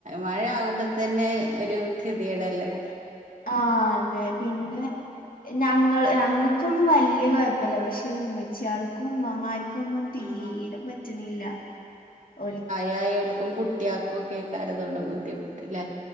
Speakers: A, on the right (about 60°); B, on the left (about 80°).
A: മഴ ആകുമ്പോ തന്നെ ഒരു കതിയേടല്ലേ
B: ആഹ് അതെ പിന്നെ ഞങ്ങള് ഞങ്ങൾക്കൊന്നും വല്യ കൊഴപ്പല്ല പക്ഷെ ഉമ്മച്ചിയാൾക്കും ഉമ്മമാർ ക്കൊന്നും തീരെ
A: ആഹ്
B: പറ്റണ്ല്ല ഓൽ
A: യായോൽക്കും കുട്ടിയാക്കൊക്കെക്കാരം ഇതോണ്ട് ബുദ്ധിമുട്ട് ല്ലേ